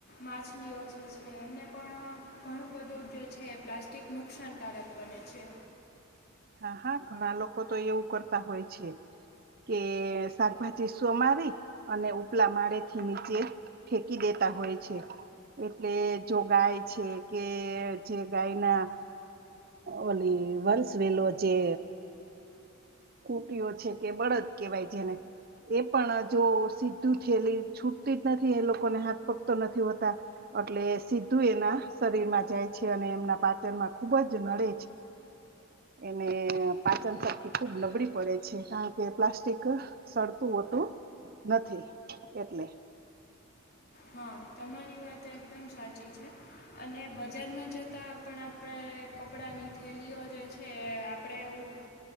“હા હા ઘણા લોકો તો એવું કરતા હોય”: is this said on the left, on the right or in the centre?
Right